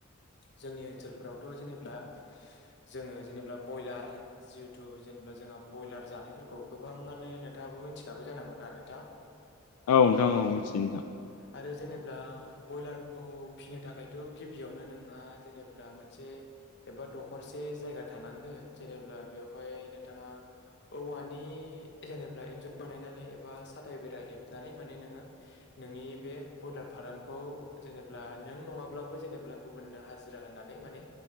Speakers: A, on the left; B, on the left.
A: जोंनि ओनसोलफोरावथ जेनेब्ला जोङो जेनेब्ला बयलार जिहेथु जेनेबा जोंहा बयलार जानायफोरखौ गोबाङानो नोंथाङाबो मिथिखागौ जानांगौ ना नोंथां
B: औ नोंथां औ मिथियो
A: आरो जेनेब्ला बयलारखौ फिसिनो थाखायथ गिबियावनो नोंहा जेनेब्ला मोनसे एबा दखरसे मोनसे जायगा थानांगोन जेनेबा बेयावहाय नोंथाङा औवानि जेनेब्ला एन्जुर बानायनानै एबा साथाय बेरा हेबनानै माने नोङो नोंनि बे बयलार फार्म खौ जेनेब्ला नों नङाब्लाबो जेनेब्ला गुबुननो हाजिरा होननानै माने